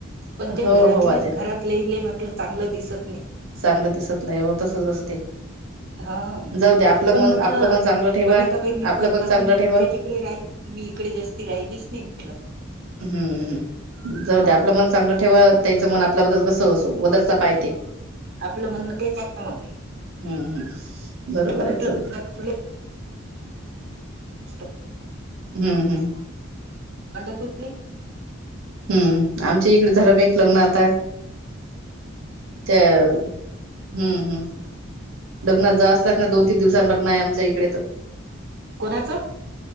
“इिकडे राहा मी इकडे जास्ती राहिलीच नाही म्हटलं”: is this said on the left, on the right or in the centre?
Right